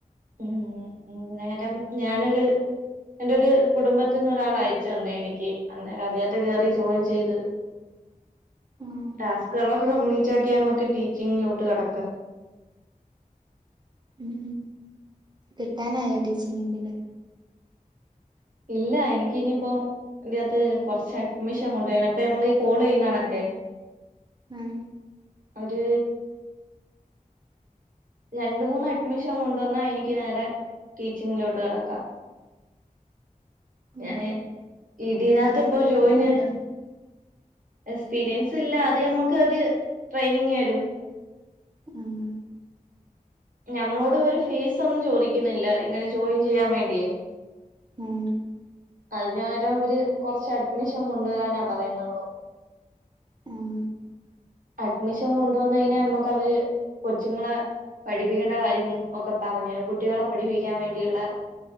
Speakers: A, on the right (about 65°); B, on the right (about 30°).
A: ഉം അന്നേരം ഞാനൊര് എന്റെ ഒരു കുടുംബത്തിൽ നിന്ന് ഒരാൾ അയച്ചു തന്നെയാ എനിക്ക് അന്നേരം അതിനകത്ത് കയറി ജോയിൻ ചെയ്ത്.
B: ആഹ്
A: ടാസ്കുകളൊക്കെ കംപ്ലീറ്റ് ആക്കിയാ നമ്മക്ക് ടീച്ചിങ്ങിലോട്ട് കടക്കാം.
B: ഉം. കിട്ടാനായോ ടീച്ചിങ്ങിന്റെ ഇത്? <inaudible>
A: ഇല്ല എനിക്ക ഇനിയിപ്പോ ഇതിനകത്ത് കുറച്ച് അഡ്മിഷൻ കൊണ്ട് അപ്പൊ നമ്മൾ ഈ കോൾ ചെയ്യുന്നാണൊക്കെ.
B: ഉം
A: അത് രണ്ട് മൂന്ന് അഡ്മിഷൻ കൊണ്ടുവന്നാൽ എനിക്ക് നേരെ ടീച്ചിങ്ങിലോട്ട് കടക്കാം.
B: ഉം
A: ഞാന് ഇതിനകത്ത്
B: എക്സ്പീരിയൻസ്
A: ഇപ്പോ ജോയിൻ
B: എന്താ
A: എക്സ്പീരിയൻസ് ഇല്ല അത് നമ്മക്ക് ഒരു ട്രെയിനിങ് തരും
B: ഉം
A: ഞമ്മളോട് ഒരു ഫീസൊന്നും ചോദിക്കുന്നില്ല ഇങ്ങനെ ജോയിൻ ചെയ്യാൻ വേണ്ടിയേ
B: ഉം
A: അതിന് പകരം അവര് കുറച്ച് അഡ്മിഷൻ കൊണ്ടുവരാനാ പറയുന്നുള്ളൂ
B: ഉം
A: അഡ്മിഷൻ കൊണ്ടുവന്ന് കഴിഞ്ഞാ നമ്മുക്ക് അവര് കൊച്ച്ങ്ങളെ പഠിപ്പിക്കേണ്ട കാര്യം ഒക്കെ പറഞ്ഞരും കുട്ടികളെ പഠിപ്പിക്കാൻ വേണ്ടിയുള്ള